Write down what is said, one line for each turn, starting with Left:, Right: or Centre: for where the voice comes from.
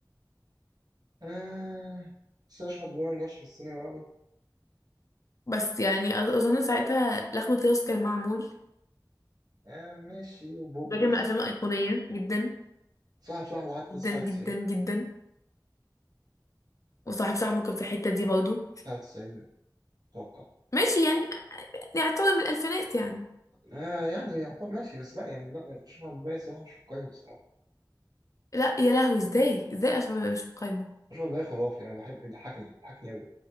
Right: آه بس أشرف عبد الوهاب ما نجحش في السينما أوي
Left: بس يعني أظ- أظن ساعتها لخمة راس كان معمول
Right: آه ماشي وبوبوس
Left: بجمع افلام ايقونيه جدا
Right: صاحب صاحبه حتى
Left: جدا
Right: 99
Left: جدا جدا وصاحب صاحبه كان في الحته دي برضه
Right: 99 أتوقع
Left: ماشي يعني يعتبر من الالفينات يعني
Right: آه يعني يعط- ماشي بس لا يعني لا اشرح الباقي الصراحه مش في القايمه الصراحه
Left: لا يا لهوي ازاي ازاي اشرف ده مش في القايمه
Right: اشرح الباقي خرافي انا بحب بيضحكني بيضحكني قوي